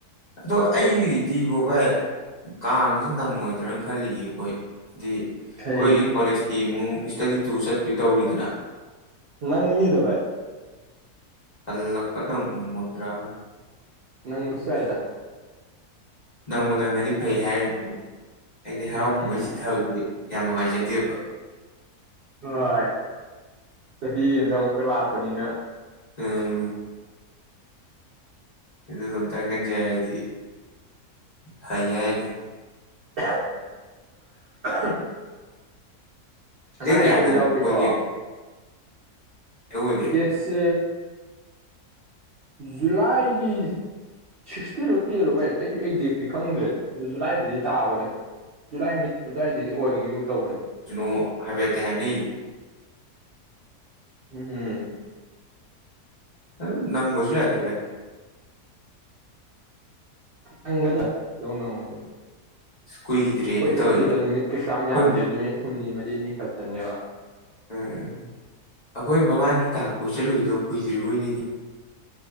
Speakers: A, on the left; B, on the right.
A: ꯑꯗꯣ ꯑꯩ ꯗꯤꯕꯣ ꯚꯥꯏ ꯀꯥꯡꯁꯨ ꯅꯪꯉꯣꯏꯗ꯭ꯔꯅ ꯈꯜꯂꯤꯌꯦ ꯑꯩꯈꯣꯏ ꯍꯥꯏꯗꯤ
B: ꯈꯩꯒꯤ
A: ꯀꯣꯏ ꯀꯣꯂꯦꯖꯀꯤꯃꯨ ꯏꯁꯇꯗꯤ ꯇꯨ ꯆꯠꯇꯨꯢ ꯇꯧꯔꯤꯗꯅ
B: ꯅꯪꯅꯤꯗꯕꯥ
A: ꯍꯜꯂꯛꯄ ꯅꯪꯉꯣꯢꯗ꯭ꯔꯥ
B: ꯅꯪꯕꯁꯨ ꯌꯥꯏꯗ
A: ꯅꯪꯉꯕꯨ ꯅꯪꯒꯗꯤ ꯐꯩ ꯍꯥꯏꯔꯤꯅꯥꯅꯦ ꯑꯩꯗꯤ ꯍꯔꯥꯎ
B: ꯎꯝ
A: ꯀꯨꯝꯍꯩ ꯁꯤꯊꯕꯗꯤ ꯌꯥꯝ ꯅꯨꯡꯉꯥꯏꯖꯗꯦꯕ
B: ꯍꯣꯏ ꯆꯍꯤ ꯑꯃꯗ ꯑꯃꯨꯛꯀ ꯂꯥꯛꯄꯅꯤꯅ
A: ꯎꯝ ꯑꯗꯨꯗ ꯑꯃꯨꯛꯇꯪ ꯅꯪꯖꯔꯗꯤ ꯐꯩ ꯍꯥꯢꯅꯤ
B: ꯑ ꯑꯍꯝ ꯑꯅꯥ
A: ꯗꯦꯠ
B: ꯑꯌꯦꯛꯀꯗꯤ
A: ꯀꯌꯥꯗ
B: ꯌꯥꯎꯒꯦꯀꯣ
A: ꯑꯣꯏꯒꯦ ꯑꯣꯏꯒꯦ
B: ꯗꯦꯠꯁꯦ ꯖꯨꯂꯥꯏꯒꯤ ꯁꯤꯛꯁꯇꯤꯂꯣ ꯇꯦꯜꯂꯣ ꯚꯥꯏ ꯑꯩꯁꯨ ꯑꯦꯛꯖꯦꯛꯇꯤ ꯈꯪꯗ꯭ꯔꯦ ꯑꯗꯨ ꯖꯨꯂꯥꯏꯗꯗꯤ ꯇꯥꯕꯅꯦ ꯨꯖꯨꯂꯥꯏ ꯃꯥꯠ ꯑꯗ꯭ꯋꯥꯢ ꯑꯗꯨꯗꯤ ꯑꯣꯏꯒꯤꯒꯨꯝ ꯇꯧꯕꯅꯦ
A: ꯀꯅꯣ ꯍꯥꯏꯕꯦꯠꯇꯤ ꯍꯥꯏꯅꯩ
B: ꯎꯝ
A: ꯑ ꯅꯪ ꯃꯁꯨ ꯌꯥꯢꯏꯗ ꯚꯥꯏ
B: ꯅꯪꯒꯅꯥ ꯀꯩꯗꯧ ꯅꯪꯉꯣꯢꯗꯣꯢꯅꯣ
A: ꯀꯨꯏꯗ꯭ꯔꯦꯅ
B: ꯈꯣꯏ ꯆꯠꯇꯣꯏꯗꯣ
A: ꯇꯧꯔꯤꯁꯦ
B: ꯅꯨꯃꯤꯠ ꯀꯩꯁꯨ ꯌꯥꯝ
A: ꯑꯩꯈꯣꯏ
B: ꯌꯥꯝꯗꯦ ꯅꯨꯃꯤꯠ ꯍꯨꯝꯅꯤ ꯃꯅꯤ ꯅꯤ ꯈꯇꯅꯤꯕ
A: ꯎꯝ ꯑꯩꯈꯣꯏ ꯃꯃꯥꯡꯒꯤ ꯇꯥꯡ ꯀꯣꯏ ꯆꯠꯂꯨꯏꯗꯣ ꯀꯨꯏꯗ꯭ꯔꯤꯕꯣꯏꯅꯤꯉ